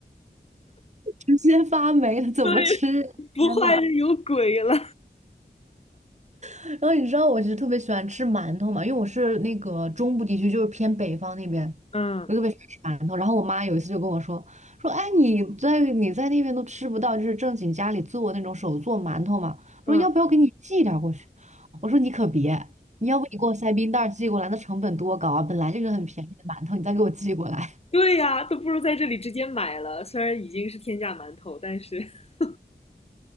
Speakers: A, on the right; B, on the left.
A: <laughs> 直接发霉了怎么吃？
B: <laughs> 对不坏就有鬼了。
A: 天呐！然后你知道我其实特别喜欢吃馒头嘛，因为我是那个中部地区，就是偏北方那边，
B: 嗯
A: 我特别喜欢吃馒头。然后我妈有一次就跟我说说，哎，你在你在那边都吃不到，就是正经家里做那种手做馒头嘛。
B: 嗯，
A: 我说要不要给你寄点儿过去？我说你可别，你要不你给我塞冰袋儿寄过来，那成本多高啊！本来就是很便宜的馒头，你再给我寄过来，
B: 对呀，都不如在这里直接买了。虽然已经是天价馒头，但是，<laughs>